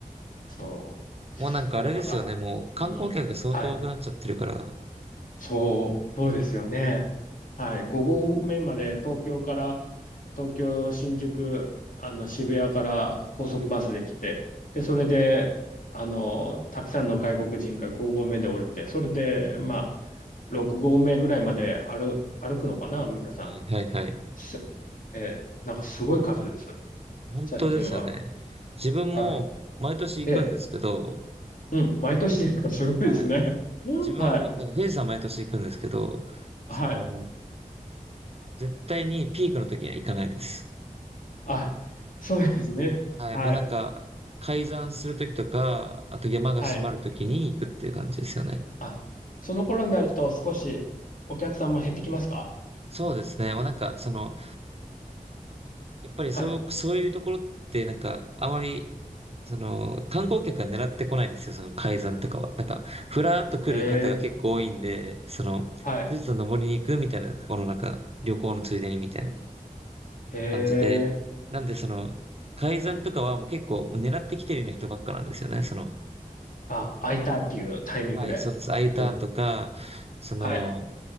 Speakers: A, on the left; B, on the right.
A: そ
B: もうなんかあれですよね。
A: う。だから、
B: もう観光客が相当多くなっちゃってるから。
A: うん。はい。そう、そうですよね。はい。5合目まで東京から、東京、新宿、あの、渋谷から高速バスで来て、
B: はい。
A: で、それで、あの、たくさんの外国人が5合目で降りて、それで、まあ、6合目ぐらいまで歩、歩くのかな、皆さ
B: はい、はい、はい。
A: ん。す、えーなんかすごい数です。
B: 本当ですよね。
A: 最近は。
B: 自分も毎年行くんですけど、
A: はい。えーうん、毎年ですか、すごいですね。
B: はい。
A: <laughs>
B: 自分はもう、
A: はい。
B: なんか富士山毎年行くんですけど、
A: はい。
B: その、絶対にピークの時には行かないです。
A: あ、そうですね。
B: はい。
A: はい。
B: もうなんか、開山する時とか、あと山が閉まる時に行くっていう感じですよね。
A: はい。あ、その頃になると少しお客さんも減ってきますか
B: そうですね。もうなんか、その、やっぱりそう、
A: はい。
B: そういうところってなんか、あまり、その、観光客が狙ってこないんですよ、その海山とかは。なんか、ふらーっと来る方が結構多いんで、
A: へえ、
B: その、
A: はい。
B: 富士山登りに行くみたいな、このなんか、旅行のついでにみたいな
A: へ
B: 感じで。
A: え、
B: なんでその、海山とかはもう結構もう狙ってきてるような人ばっかなんですよね、その。
A: あ、空いたっていうタイミングで行くん。
B: はい、そうです。空いたとか、その、
A: はい。